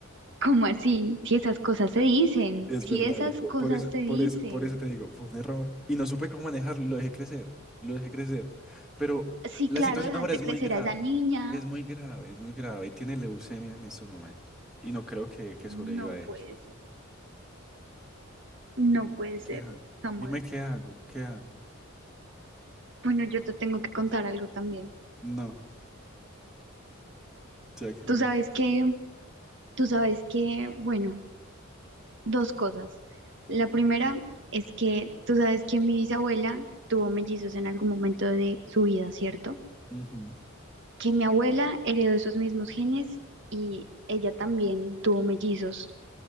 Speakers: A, on the right; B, in the centre.
A: ¿Cómo así? Si esas cosas se dicen,
B: Es
A: si
B: verdad,
A: esas
B: por,
A: cosas
B: por eso,
A: se dicen.
B: por eso, por eso te digo, fue un error y no supe cómo manejarlo, lo dejé crecer, lo dejé crecer. Pero
A: Sí,
B: la
A: claro,
B: situación
A: dejaste
B: ahora es muy
A: crecer
B: grave,
A: a esa niña.
B: es muy grave, es muy grave y tiene leucemia en estos momentos y no creo que, que
A: No
B: sobreviva a hecho.
A: puede ser, no puede ser,
B: ¿Qué hago?
A: Samuel.
B: Dime qué hago, qué hago.
A: Bueno, yo te tengo
B: Muy
A: que
B: triste.
A: contar algo también.
B: No, ya que
A: Tú
B: me...
A: sabes que, tú sabes que, bueno, dos cosas. La primera es que tú sabes que mi bisabuela tuvo mellizos en algún momento de su vida, ¿cierto?
B: Ujú,
A: Que mi abuela heredó esos mismos genes y ella también tuvo mellizos.